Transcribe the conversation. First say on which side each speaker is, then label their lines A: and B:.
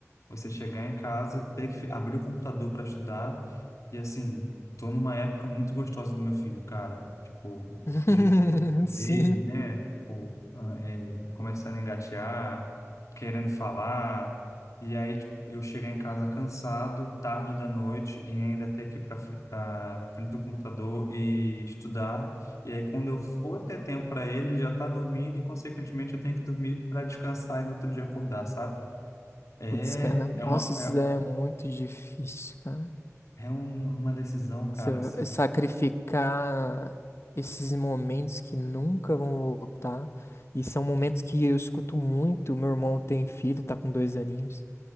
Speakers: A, on the left; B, on the left.
A: você chegar em casa, ter que fi- abrir o computador para estudar. E assim, tô numa época muito gostosa do meu filho, cara. Tipo,
B: <laughs>
A: de ver
B: Sim.
A: ele, né? Tipo, ah, é, começando a engatear, querendo falar. E aí, tipo, eu chegar em casa cansado, tarde da noite, e ainda ter que ir para frente do computador e estudar. E aí, quando eu for ter tempo para ele, ele já tá dormindo e, consequentemente, eu tenho que dormir para descansar e no outro dia acordar, sabe? É,
B: Putz, cara, nossa,
A: é uma,
B: isso
A: é,
B: é muito difícil, cara.
A: é um- uma decisão, cara.
B: Você
A: assim.
B: sacrificar esses momentos que nunca vão voltar. E são momentos que eu escuto muito. Meu irmão tem filho, tá com dois aninhos.